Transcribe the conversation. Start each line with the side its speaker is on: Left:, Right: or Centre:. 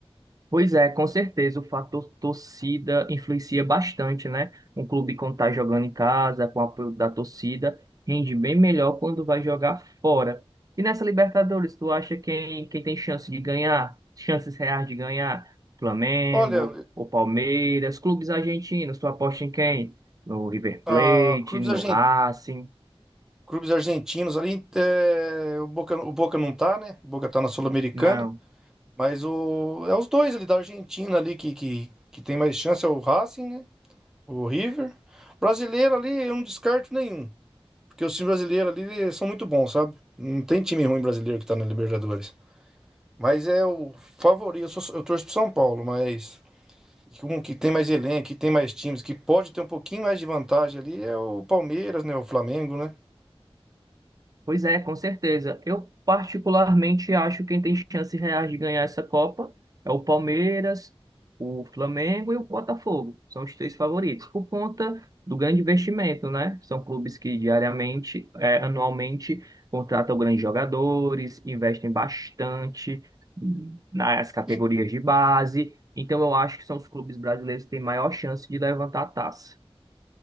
Right: Pois é, com certeza o fator torcida influencia bastante, né? Um clube quando tá jogando em casa, com o apoio da torcida, rende bem melhor quando vai jogar fora. E nessa Libertadores, tu acha quem, quem tem chance de ganhar? Chances reais de ganhar? Flamengo
Centre: Olha,
Right: o Palmeiras? Clubes argentinos, tu aposta em quem? No River
Centre: a
Right: Plate,
Centre: clubes,
Right: no
Centre: argen-
Right: Racing?
Centre: clubes argentinos ali, é, o Boca, o Boca não tá, né? O Boca tá na Sul-Americana,
Right: Não.
Centre: mas o, é os dois ali da Argentina ali que, que, que tem mais chance, é o Racing, né? O River. Brasileiro ali, eu não descarto nenhum. Porque os times brasileiros ali são muito bons, sabe? Não tem time ruim brasileiro que tá na Libertadores. Mas é o favorito. Eu, sou- eu torço pro São Paulo, mas um que tem mais elenco, que tem mais times, que pode ter um pouquinho mais de vantagem ali é o Palmeiras, né? O Flamengo, né?
Right: Pois é, com certeza. Eu particularmente acho que quem tem chances reais de ganhar essa Copa é o Palmeiras, o Flamengo e o Botafogo. São os três favoritos, por conta do grande investimento, né? São clubes que diariamente, eh, anualmente, contratam grandes jogadores, investem bastante hum, nas categorias
Centre: E,
Right: de base. Então, eu acho que são os clubes brasileiros que têm maior chance de levantar a taça.